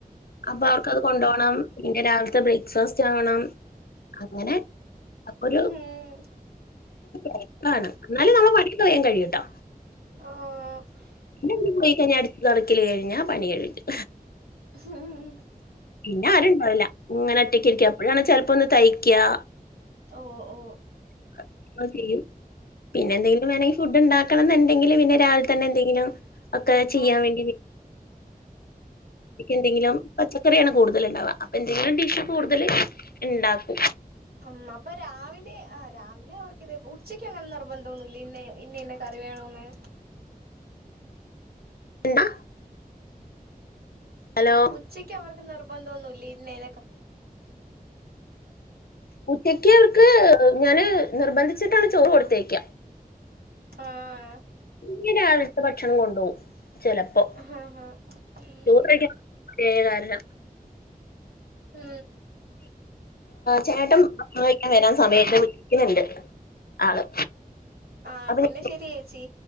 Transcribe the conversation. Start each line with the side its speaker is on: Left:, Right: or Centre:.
Left: അപ്പൊ അവർക്കത് കൊണ്ടപോണം പിന്നെ രാവിലത്തെ ബ്രേക്ക്ഫാസ്റ്റ് ആവണം അങ്ങനെ അപ്പൊ ഒരു
Right: ഹും
Left: പ്രശ്നാണ് എന്നാലും നമ്മ പണിയൊക്കേ വേഗം കഴിയട്ടോ
Right: ആഹ്
Left: പിന്ന് അവര് പോയി കഴിഞ്ഞാ അടിക്കല് തുടക്കില് കഴിഞ്ഞാ പണി കഴിഞ്ഞു
Right: <inaudible>
Left: പിന്നെ ആരുണ്ടാവില്ല ഇങ്ങനെ ഒറ്റക്ക ഇരിക്ക അപ്പോഴാണ് ചെലപ്പോ ഒന്ന് തൈക്കാ
Right: ഓഹ് ഓഹ്
Left: <unintelligible> പിന്നെ എന്തെങ്കിലും വേണങ്കി ഫുഡ് ഉണ്ടാക്കണം എന്നുണ്ടെങ്കില് പിന്നെ രാവിലെ തന്നെ എന്തെങ്കിലും ഒക്കെ ചെയ്യാൻ
Right: ആഹ്
Left: വേണ്ടി <unintelligible> എന്തെങ്കിലും പച്ചക്കറിയാണ് കൂടുതൽ ഇണ്ടാവുക അപ്പൊ എന്തെങ്കിലും ഡിഷ് കൂടുതൽ ഇണ്ടാക്കും
Right: ഉം അപ്പൊ രാവിലെ ആഹ് രാവിലെ അവർക്ക് ഇത് ഉച്ചക്ക് അങ്ങനെ നിർബന്ധം ഒന്നുമില്ല ഇന്ന ഇന്ന കറി വേണോന്ന്
Left: എന്താ ഹലോ
Right: ഉച്ചക്ക് അവർക്ക് നിർബന്ധം ഒന്നും ഇല്ല ഇന്നേതൊക്കെ
Left: ഉച്ചക്ക് അവർക്ക് ഞാന് നിർബന്ധിച്ചിട്ടാണ് ചോറ് കൊടുത്ത് അയ്ക്ക
Right: ആഹ്
Left: ചിക്കനാണെങ്കി ഭക്ഷണം കൊണ്ടു പോവും ചെലപ്പോ
Right: ആഹ് ആഹ് ഉം
Left: ചോറ് കഴിക്ക കേറാല്ലോ
Right: ഉം
Left: ചേട്ടൻ കഴിക്കാൻ വരാൻ സമയമായി വിളിക്കുന്നുണ്ട് ആള്
Right: ആഹ്
Left: അപ്പൊ
Right: പിന്നെ ശെരി ചേച്ചി